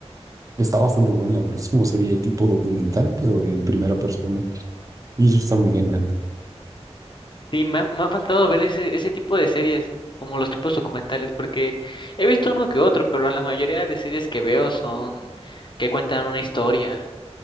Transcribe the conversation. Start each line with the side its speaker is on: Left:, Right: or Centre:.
Right: está bastante buena, porque es como serie tipo documental, pero en primera persona. Y eso está muy genial.
Left: Sí, me ha, me ha faltado ver ese, ese tipo de series, como los tipos documentales, porque he visto uno que otro, pero la mayoría de series que veo son que cuentan una historia